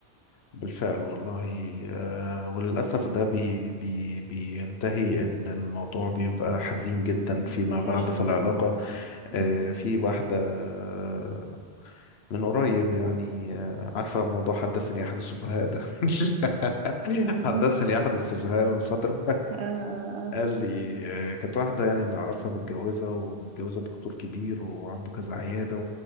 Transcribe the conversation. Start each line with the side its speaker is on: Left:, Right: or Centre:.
Left: بالفعل والله آه، وللأسف ده بي بي بينتهي إن الموضوع بيبقى حزين جدا فيما
Right: بيفشل
Left: بعد في العلاقة
Right: اه بالظبط
Left: آه، في واحدة آه، من قريب يعني آه، عارفة موضوع حدثني أحد السفهاء ده <laughs>
Right: أمم.
Left: حدثني أحد السفهاء من فترة
Right: آه، آه، آه.
Left: قال لي آه، كانت واحدة يعني نعرفها متجوزة ومتجوزة دكتور كبير وعنده كذا عيادة